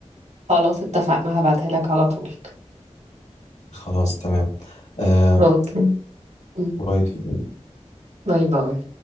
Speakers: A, on the right (about 70°); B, on the left (about 70°).
A: خلاص اتفقنا هبعتها لك على طول
B: خلاص تمام آه
A: اوكي م.
B: باي
A: باي باي